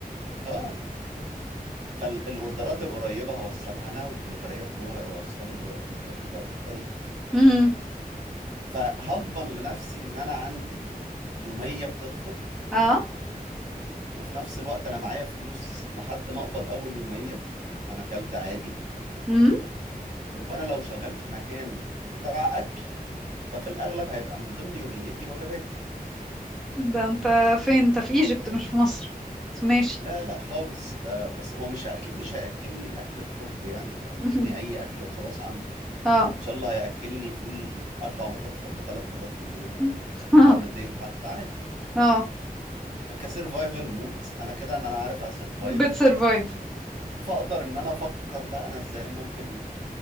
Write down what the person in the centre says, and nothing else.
امم
اه
امم
ده انت فين انت في ايجيبت مش في مصر بس ماشي
<laughs>
اه
<laughs>
اه
بتسرفايف